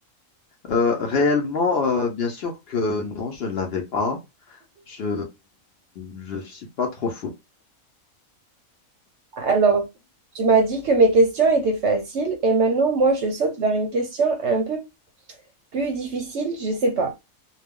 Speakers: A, on the left; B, on the right.
A: Euh, réellement, euh, bien sûr que non, je ne l'avais pas. Je je suis pas trop fou.
B: Alors, tu m'as dit que mes questions étaient faciles et maintenant, moi, je saute vers une question un peu plus difficile. Je sais pas.